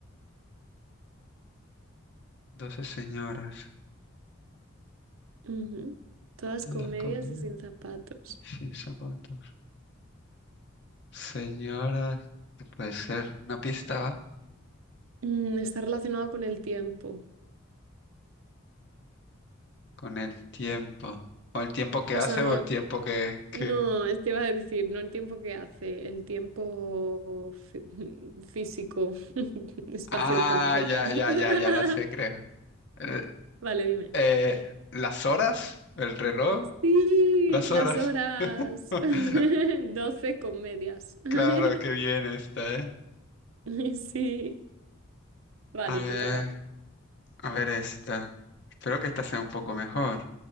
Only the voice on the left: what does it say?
Doce señoras,
todas
comidas
y sin zapatos. Señoras, ¿qué puede ser? Una pista va
con el tiempo. O el tiempo que
hace
o el tiempo que, que...
Ah, ya,
ya, ya, ya la sé, creo. Eh,
eh, ¿las horas? ¿El reloj?
Las
horas.
<laughs>
Claro, qué bien esta, ¿eh?
A ver,
a ver esta. Espero que esta sea un poco mejor.